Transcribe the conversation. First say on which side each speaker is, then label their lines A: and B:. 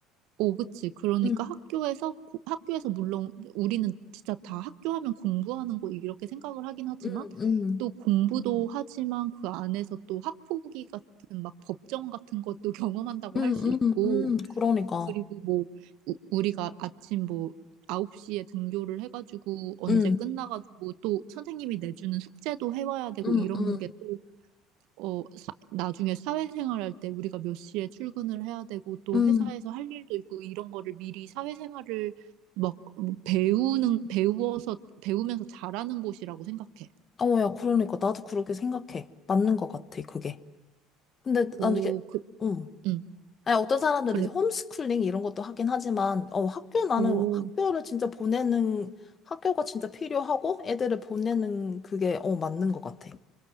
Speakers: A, on the right (about 70°); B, on the left (about 35°).
A: 오, 그치. 그러니까
B: 응,
A: 학교에서, 고- 학교에서 물론 우리는 진짜 다 학교 하면 공부하는 거 이렇게 생각을 하긴 하지만
B: 응, 응,
A: 또 공부도 음. 하지만 그 안에서 또 학폭위 같은 막 법정 같은 것도 <laughs> 경험한다고
B: 응,
A: 할 수 있고
B: 응, 응, 그러니까.
A: 그리고 뭐 우, 우리가 아침 뭐 9시에 등교를 해가지고 언제
B: 응,
A: 끝나가지고 또 선생님이 내주는 숙제도 해와야 되고
B: 응,
A: 이런
B: 응,
A: 게또 어, 사- 나중에 사회생활할 때 우리가 몇 시에 출근을 해야 되고 또
B: 응.
A: 회사에서 할 일도 있고 이런 거를 미리 사회생활을 막 음, 배우는, 배워서, 배우면서 잘하는 곳이라고 생각해.
B: 어, 야, 그러니까. 나도 그렇게 생각해. 맞는 것 같아, 그게. 근데 난
A: 오,
B: 이게,
A: 그,
B: 응.
A: 응,
B: 아니, 어떤 사람들이
A: 그래.
B: 이제 홈스쿨링 이런 것도 하긴 하지만, 어, 학교 나는
A: 오,
B: 학교를 진짜 보내는, 학교가 진짜 필요하고 애들을 보내는 그게, 어, 맞는 것 같아.